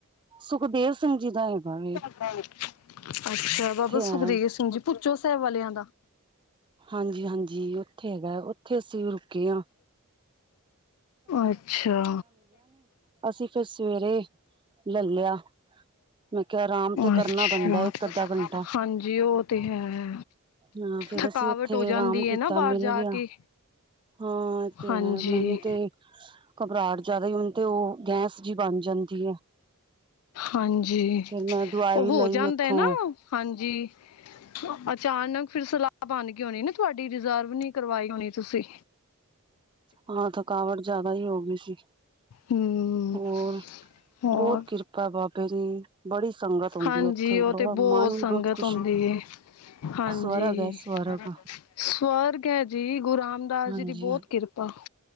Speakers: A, on the right (about 20°); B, on the left (about 70°).
A: ਸੁਖਦੇਵ ਸਿੰਘ ਜੀ ਦਾ ਹੈਗਾ ਦੇ।
B: ਹਾਂ। ਅੱਛਾ ਬਾਬਾ
A: ਹੈ
B: ਸੁਖਦੇਵ ਸਿੰਘ ਜੀ ਪੁੱਚੌ ਸੈਬ ਵਾਲਿਆਂ ਦਾ
A: ਹਾਂਜੀ-ਹਾਂਜੀ ਓਥੇ ਹੈਗਾ ਓਥੇ ਅਸੀਂ ਰੁਕੇ ਆ
B: ਅੱਛਾ।
A: ਅਸੀਂ ਫਿਰ ਸਵੇਰੇ ਲੈ ਲਿਆ ਮੈਂ ਕਿਹਾ ਆਰਾਮ ਤੇ ਕਰਨਾ
B: ਅੱਛਾ,
A: ਬੰਦਾ ਇੱਕ ਅੱਧਾ ਘੰਟਾ
B: ਹਂਜੀ ਔ ਤੇ ਹੈ ਹੈ।
A: ਹਾਂ ਫੇਰ
B: ਥਕਾਵਟ
A: ਅਸੀਂ ਉੱਥੇ
B: ਹੋ ਜਾਂਦੀ
A: ਆਰਾਮ ਕੀਤਾ
B: ਨਾ ਬਾਹਰ
A: ਮਿਲ
B: ਜਾ
A: ਗਿਆ।
B: ਕੇ
A: ਹਾਂ ਤੇ
B: ਹਾਂਜੀ
A: ਹੈ ਮੈਨੂੰ ਤੇ ਘਬਰਾਹਟ ਜੈ਼ਦਾ ਹੀ ਹੁਨ ਤੇ ਉਹ ਗੈਸ ਜੀ ਬਨ ਜੈਂਦੀ ਏ।
B: ਹਂਜੀ,
A: ਮੈਂ ਦਵਾਈ
B: ਔਹ ਹੋ
A: ਲਈ
B: ਜੈਂਦਾ
A: ਉੱਥੋਂ
B: ਨਾ। ਹਂਜੀ, ਅਚਾਨਕ ਫਿਰ ਸਲਾਹ ਬਨ ਗੀ ਹੋਨੀ ਨਾ ਤੁੱਡੀੇ। ਰਿਜ਼ਰਵ ਨੀ ਕਰਵਾਈ ਹੋਨੀ ਤੁਸੀ।
A: ਹਾਂ ਥਕਾਵਟ ਜੈ਼ਦਾ ਹੀ ਹੋ ਗਈ ਸੀ
B: ਹਮ
A: ਹੋਰ
B: ਹੋਰ
A: ਬੋੱਤ ਕਿਰਪਾ ਬਾਬੇ ਦੀ ਬੜੀ ਸੰਗਤ ਹੁੰਂਦੀ
B: ਹਾਂਜੀ
A: ਏ। ਉੱਥੇ
B: ਉਹ
A: ਬੜਾ
B: ਤੇ
A: ਮਨ ਵੀ
B: ਸੰਗਤ
A: ਬਹੁਤ ਖੁਸ਼
B: ਹੁੰਦੀ ਏ ਹਂਜੀ
A: ਸਵਰਗ ਹੈ ਸਵਰਗ
B: ਸਵਰਗ ਐ ਜੀ ਗੁਰੂ ਰਾਮ
A: ਹਾਂਜੀ
B: ਦਾਸ ਜੀ ਦੀ ਬੋੱਤ
A: ਹਾਂ
B: ਕਿਰਪਾ